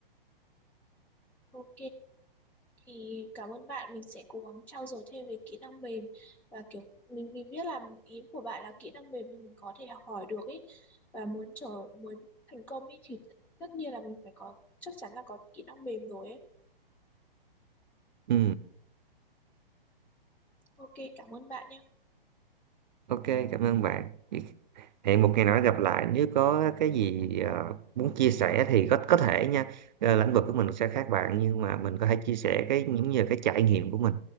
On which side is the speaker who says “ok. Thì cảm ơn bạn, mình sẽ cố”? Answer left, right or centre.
Centre